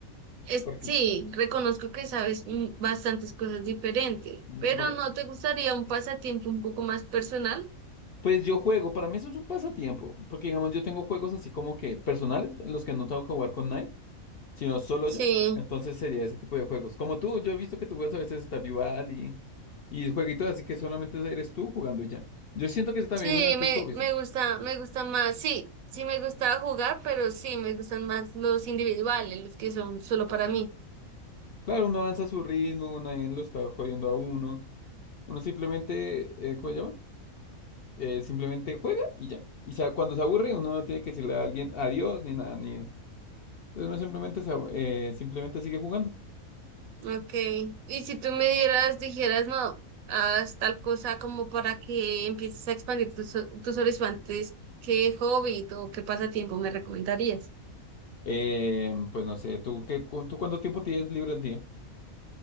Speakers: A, on the right (about 75°); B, on the left (about 50°).
A: Es,
B: Porque,
A: sí, reconozco que sabes mm, bastantes cosas diferentes,
B: mm,
A: pero
B: bueno,
A: ¿no te gustaría un pasatiempo un poco más personal?
B: Pues yo juego, para mí eso es un pasatiempo, porque digamos yo tengo juegos así como que personales, en los que no tengo que jugar con nadie, sino solo
A: Sí,
B: yo. Entonces sería ese tipo de juegos. Como tú, yo he visto que tú juegas a veces Stardew Valley y jueguitos así que solamente eres tú jugando y ya. Yo siento que eso también
A: sí,
B: es uno de tus
A: me,
B: hobbies.
A: me
B: ¿no?
A: gusta, me gusta más, sí, sí me gusta jugar, pero sí, me gustan más los individuales, los que son solo para mí.
B: Claro, uno avanza a su ritmo, nadie lo está jodiendo a uno. Uno simplemente, eh, ¿cómo se llama? Eh, simplemente juega y ya. Y sa- cuando se aburre, uno no tiene que decirle a alguien adiós ni nada, ni... Entonces uno simplemente, se ab- eh, simplemente sigue jugando.
A: Okay. y si tú me dieras, dijeras, no, haz tal cosa como para que empieces a expandir tus, tus horizontes, ¿qué hobby o qué pasatiempo me recomendarías?
B: Eh, pues no sé, ¿tú, qué, cu- ¿tú cuánto tiempo tienes libre al día?